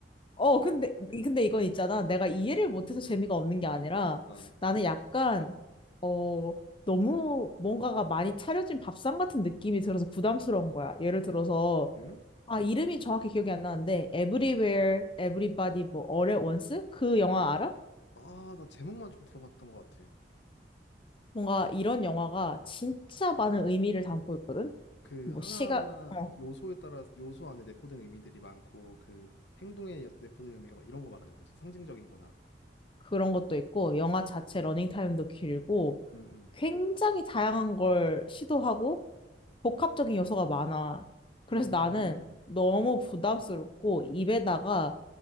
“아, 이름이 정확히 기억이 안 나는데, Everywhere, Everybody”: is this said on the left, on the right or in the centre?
Left